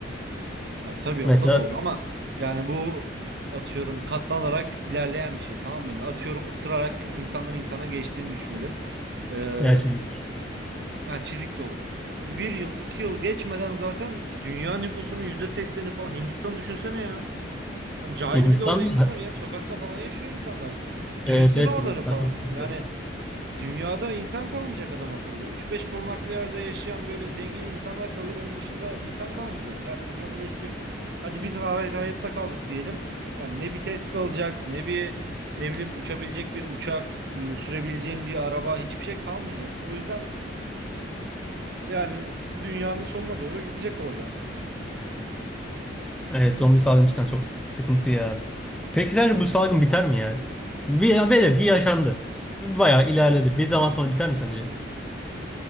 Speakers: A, on the right; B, in the centre.
A: Ya, tabii
B: Mesela
A: o da doğru ama yani bu atıyorum katlanarak ilerleyen bir şey tamam mı? Yani atıyorum ısırarak insandan insana geçtiğini düşünelim. Ee,
B: veya çizik.
A: Ha, çizik de olur. Bir yıl, iki yıl geçmeden zaten dünya nüfusunun yüzde sekseni falan. Hindistan düşünsene ya. Hani cahil
B: Hindistan'da
A: bir de orada insanlar ya. Sokakta falan yaşıyor insanlar. Düşünsene
B: evet evet
A: oraları
B: Hindistan
A: falan.
B: çok sıkıntı.
A: Yani dünyada insan kalmayacak adam akıllı. Üç beş korunaklı yerde yaşayan böyle zengin insanlar kalır. Onun dışında insan kalmayacak. Herkes zombileşecek. Hadi biz hay- hayatta kaldık diyelim. Yani ne bir test kalacak, ne bir ne bileyim uçabilecek bir uçak, e, sürebileceğin bir araba hiçbir şey kalmayacak. O yüzden yani dünyanın sonuna doğru gidecek orada.
B: Evet zombi salgını cidden çok sıkıntı ya. Peki sence bu salgın biter mi ya? Bir, velev ki yaşandı. Bayağı ilerledi. Bir zaman sonra biter mi sence?